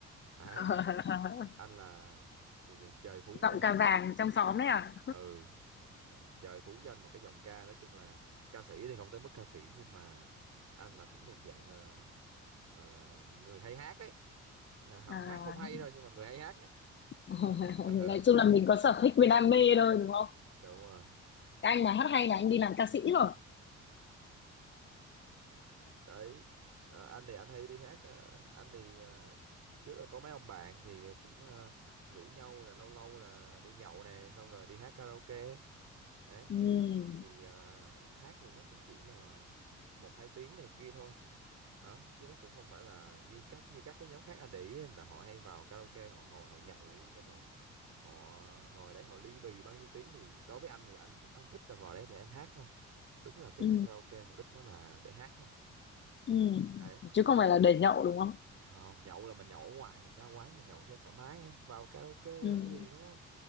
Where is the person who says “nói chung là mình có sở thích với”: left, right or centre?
Left